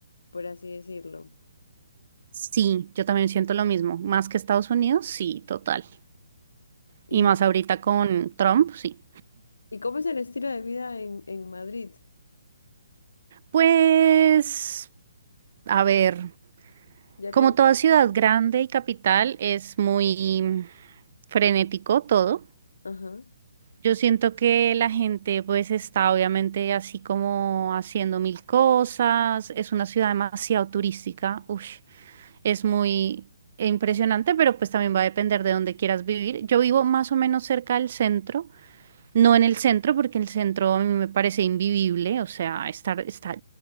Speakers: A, on the left (about 85°); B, on the right (about 50°).
A: por así decirlo.
B: Sí, yo también siento lo mismo. Más que Estados Unidos, sí, total.
A: ¿Y,
B: Y más ahorita con Trump, sí.
A: y cómo es el estilo de vida en, en Madrid?
B: Pues, a ver,
A: Ya
B: como
A: que nosotros...
B: toda ciudad grande y capital, es muy frenético todo.
A: Ajá.
B: Yo siento que la gente pues está obviamente así como haciendo mil cosas, es una ciudad demasiado turística, Ush, es muy impresionante, pero pues también va a depender de dónde quieras vivir. Yo vivo más o menos cerca del centro, no en el centro, porque el centro a mí me parece invivible, o sea, estar, está